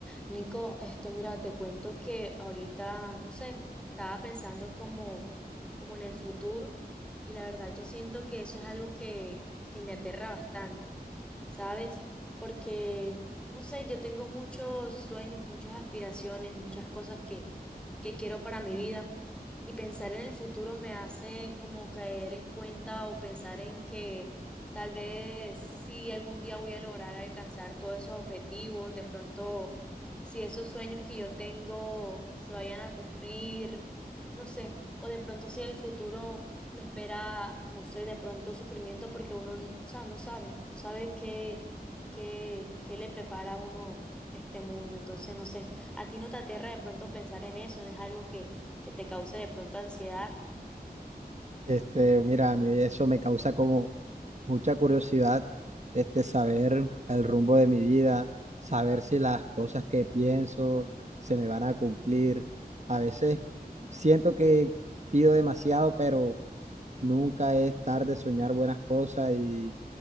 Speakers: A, in the centre; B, on the right (about 45°).
A: Nico, este, mira, te cuento que ahorita, no sé, estaba pensando como, como en el futuro y la verdad yo siento que eso es algo que, que me aterra bastante, ¿sabes? Porque, no sé, yo tengo muchos sueños, muchas aspiraciones, muchas cosas que, que quiero para mi vida y pensar en el futuro me hace como caer en cuenta o pensar en que tal vez si algún día voy a lograr alcanzar todos esos objetivos, de pronto si esos sueños que yo tengo se vayan a cumplir, no sé, o de pronto si el futuro me espera, no sé, de pronto sufrimiento porque uno, o sea, no sabe, no sabe qué, qué, qué le prepara a uno este mundo, entonces no sé, a ti no te aterra de pronto pensar en eso, no es algo que te cause de pronto ansiedad.
B: Este, mira, a mí eso me causa como mucha curiosidad, este, saber el rumbo de mi vida, saber si las cosas que pienso se me van a cumplir. A veces siento que pido demasiado, pero nunca es tarde soñar buenas cosas y